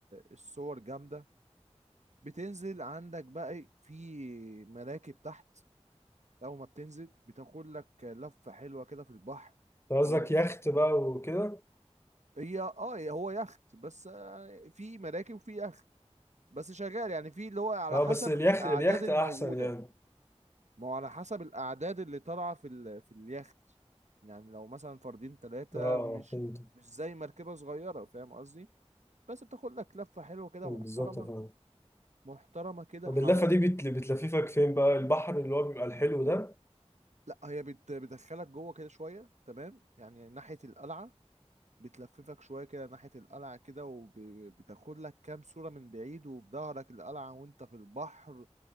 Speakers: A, on the right; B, on the left.
A: الصور جامدة بتنزل عندك بقى إيه، في مراكب تحت اول ما بتنزل بتاخد لك لفه حلوه كده في البحر
B: انت قصدك
A: حوالين
B: يخت بقى وكده
A: هي اه هي- هو يخت بس آه، في مراكب وفي يخت بس شغال يعني في اللي هو على
B: اه
A: حسب
B: بس اليخت
A: الاعداد
B: اليخت
A: الموجوده
B: احسن يعني
A: ما هو على حسب الاعداد اللي طالعه في ال... في اليخت يعني لو مثلا فردين ثلاثه
B: اه
A: مش
B: فهمت
A: مش زي مركبه صغيره فاهم قصدي بس بتاخد لك لفه حلوه كده
B: بالظبط
A: محترمه
B: فاهم
A: محترمه كده
B: طب
A: حوالين
B: اللفة دي بت... بتلففك فين بقى البحر اللي هو بيبقى الحلو ده
A: لا هي بت... بتدخلك جوه كده شويه تمام يعني ناحيه القلعه بتلففك شوية كده ناحية القلعة كده وبتاخد لك كام صورة من بعيد وفي ظهرك القلعة وانت في البحر